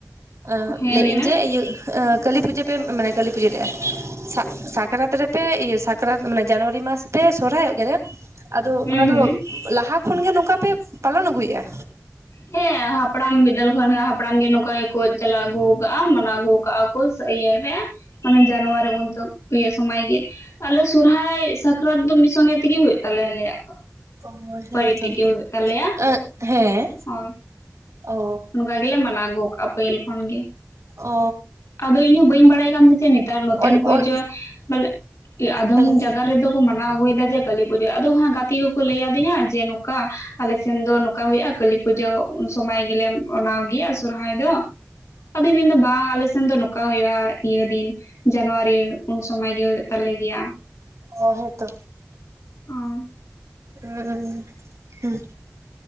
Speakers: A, on the right (about 70°); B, on the left (about 70°).
A: ᱟᱸ
B: ᱦᱮᱸ
A: ᱞᱟᱹᱭᱮᱜ
B: ᱞᱟᱹᱭ
A: ᱤᱧ
B: ᱢᱮ
A: ᱡᱮ ᱤᱭᱟᱹᱼᱼ ᱠᱟᱹᱞᱤ ᱯᱩᱡᱟᱹ ᱯᱮ ᱢᱟᱱᱮ ᱠᱟᱹᱞᱤ ᱯᱩᱡᱟᱹ ᱞᱟᱹᱭᱮᱜ-ᱟ ᱥᱟᱠ ᱥᱟᱠᱨᱟᱛ ᱨᱮᱯᱮ ᱤᱭᱟᱹᱼᱼ ᱥᱟᱠᱨᱟᱛ ᱢᱟᱱᱮ ᱡᱟᱱᱩᱣᱟᱨᱤ ᱢᱟᱥ ᱛᱮ ᱥᱚᱨᱦᱟᱭᱚᱜ ᱜᱮᱭᱟᱞᱮ ᱟᱫᱚ
B: ᱦᱩᱸ
A: ᱚᱱᱟ ᱫᱚ
B: ᱦᱩᱸ
A: ᱞᱟᱦᱟ ᱠᱷᱚᱱ ᱜᱮ ᱱᱚᱝᱠᱟ ᱯᱮ ᱯᱟᱞᱚᱱ ᱟᱹᱜᱩᱭᱮᱫ-ᱟ
B: ᱦᱮᱸ ᱦᱟᱯᱲᱟᱢ ᱵᱤᱫᱟᱹᱞ ᱠᱷᱚᱱ ᱦᱟᱯᱲᱟᱢ ᱜᱮ ᱱᱚᱝᱠᱟ ᱜᱮᱠᱚ ᱪᱟᱞᱟᱣ ᱟᱹᱜᱩ ᱠᱟᱜ-ᱟ ᱢᱟᱱᱟᱣ ᱟᱹᱜᱩ ᱠᱟᱜ-ᱟ ᱯᱩᱥ ᱤᱭ ᱨᱮ ᱢᱟᱱᱮ ᱡᱟᱱᱩᱣᱟᱨᱤ ᱩᱱ ᱤᱭᱟᱹ ᱥᱚᱢᱚᱭ ᱜᱮ ᱟᱞᱮ ᱥᱚᱨᱦᱟᱭ ᱥᱟᱠᱨᱟᱛ ᱫᱚ ᱢᱤᱫ ᱥᱚᱸᱜᱮ ᱛᱮᱜᱮ ᱦᱩᱭᱩᱜ ᱛᱟᱞᱮᱭᱟ ᱟᱞᱮᱭᱟᱜ ᱫᱚ
A: ᱚ ᱦᱮᱸᱛᱚ
B: ᱯᱟ. ᱨᱤ ᱛᱮᱜᱮ ᱦᱩᱭᱩᱜ ᱛᱟᱞᱮᱭᱟ
A: ᱮᱸᱜ ᱦᱮᱸ
B: ᱦᱳᱭ
A: ᱚ
B: ᱚᱱᱠᱟ ᱜᱮᱞᱮ ᱢᱟᱱᱟᱣ ᱟᱹᱜᱩ ᱠᱟᱜ-ᱟ ᱯᱟᱹᱦᱤᱞ ᱠᱷᱚᱱᱜᱮ
A: ᱚ
B: ᱟᱫᱚ ᱤᱧ ᱦᱚᱸ ᱵᱟᱹᱧ ᱵᱟᱲᱟᱭ ᱠᱟᱱ ᱛᱟᱦᱮᱸ ᱱᱮᱛᱟᱨ ᱱᱚᱛᱮᱱ
A: ᱚᱱ
B: ᱠᱚ
A: ᱚᱱ
B: ᱡᱮᱵᱚᱞᱮ ᱟᱫᱚᱢ
A: ᱦᱮᱞᱳ ᱢᱮ
B: ᱡᱟᱭᱜᱟ ᱨᱮᱫᱚ ᱢᱟᱱᱟᱣ ᱟᱹᱜᱩᱭᱟ ᱡᱮ ᱠᱟᱹᱞᱤ ᱯᱩᱡᱟᱹ ᱟᱫᱚ ᱦ ᱜᱟᱛᱮ ᱠᱚᱠᱚ ᱞᱟᱹᱭ ᱟᱹᱫᱤᱧᱟ ᱡᱮ ᱱᱚᱝᱠᱟ ᱟᱞᱮ ᱥᱮᱱ ᱫᱚ ᱱᱚᱝᱠᱟ ᱦᱩᱭᱩᱜ-ᱟ ᱠᱟᱹᱞᱤ ᱯᱩᱡ ᱯᱩᱡᱟᱹ ᱩᱱ ᱥᱚᱢᱚᱭ ᱜᱮᱞᱮ ᱢᱟᱱᱟᱣ ᱜᱮᱭᱟ ᱥᱚᱨᱦᱟᱭ ᱫᱚ ᱟᱫᱩᱧ ᱢᱮᱱ ᱫᱟ ᱵᱟᱝ ᱟᱞᱮ ᱥᱮᱱ ᱫᱚ ᱱᱚᱠᱟ ᱦᱩᱭᱩᱜ-ᱟ ᱤᱭᱟᱹ ᱫᱤᱱᱼᱼ ᱡᱟᱱᱣᱟᱨᱤ ᱩᱱ ᱥᱚᱢᱟᱭ ᱜᱮ ᱦᱩᱭᱩᱜ ᱛᱟᱞᱮ ᱜᱮᱭᱟ᱾
A: ᱚ ᱦᱮᱸ ᱛᱚ᱾
B: ᱦᱸ
A: ᱦᱩᱸ ᱦᱩᱸ